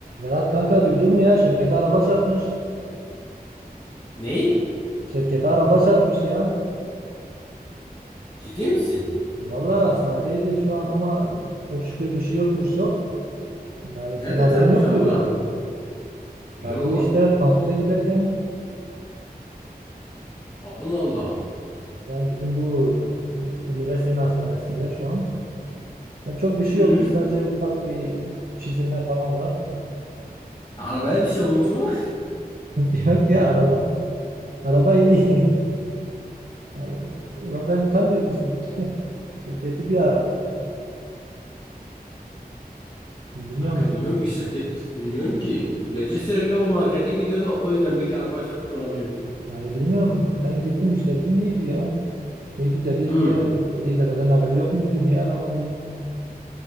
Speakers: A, on the right (about 70°); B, on the left (about 25°).
A: Vedat kanka duydun mu ya? Şevket'e araba çarpmış.
B: Ney?
A: Şevket'e araba çarpmış ya.
B: Ciddi misin?
A: Vallahi hastanedeydi şu an ama çok şükür bir şey yokmuş çok. Yani
B: Nerede
A: senin haberin
B: çarpmış
A: yok
B: arabana?
A: muydu?
B: Yo.
A: Ya bu işte kampüse giderken
B: Allah Allah.
A: yani bizim bu e, üniversitenin hastanesinde şu an ya çok bir şey
B: Hı.
A: yokmuş sadece ufak bir çizilme falan var.
B: Arabaya bir şey olmuş mu?
A: <laughs> Yok ya araba. Araba iyi. <laughs> Yani, Ramazan utanmıyor musun? Şevket'i bir ara.
B: <laughs>
A: Bilmiyorum.
B: Kanka bilmiyorum ki Şevket. Bilmiyorum ki. Gece sürekli o markete gidiyordu. O yüzden belki araba çarpmış olabilir.
A: Yani bilmiyorum ben gittim işte dün iyiydi ya. İyi Dedi dedi
B: Hı.
A: niye dedi Vedat'ın haberi yok muydu? Niye aramadı?